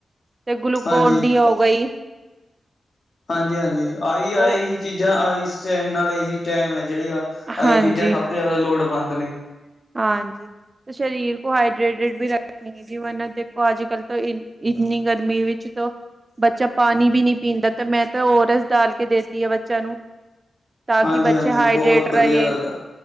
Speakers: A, on the right; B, on the left.
A: ਤੇ ਗਲੂਕੋਨ
B: ਹਾਂਜੀ
A: ਡੀ ਹੋ ਗਈ।
B: ਹਾਂਜੀ ਹਾਂਜੀ ਆਹੀ ਆ
A: ਉਹ
B: ਇਹੀ ਚੀਜ਼ਾਂ ਇਸ ਟਾਈਮ ਨਾਲ ਇਹੀ। ਟਾਈਮ ਹੈ ਜਿਹੜੇ ਆ ਆਹੀ
A: ਹਾਂਜੀ
B: ਚੀਜ਼ਾਂ ਸਭ ਤੋਂ ਜ਼ਿਆਦਾ ਲੋੜਵੰਦ ਨੇ
A: ਹਾਂਜੀ ਤੇ ਸਰੀਰ ਕੋ ਹਾਈਡ੍ਰੇਟਡ ਵੀ ਰੱਖੇ। ਜਿਵੇ ਦੇਖੋ ਅੱਜ ਕੱਲ੍ਹ ਤਾਂ ਇ ਇੰਨੀ ਗਰਮੀ ਵਿੱਚ ਤਾਂ ਬੱਚਾ ਪਾਣੀ ਵੀ ਨਹੀਂ ਪੀਂਦਾ ਤੇ ਮੈਂ ਤਾਂ ਔਰਸ ਡਾਲ ਕੇ ਦੇਤੀ ਆ ਬੱਚਾ ਨੂੰ ਤਾਂ
B: ਹਾਂਜੀ
A: ਕਿ ਬੱਚੇ
B: ਹਾਂਜੀ
A: ਹਾਈਡ੍ਰੇਟ
B: ਬਹੁਤ
A: ਰਹੇ
B: ਵਧੀਆ ਗੱਲ ਆ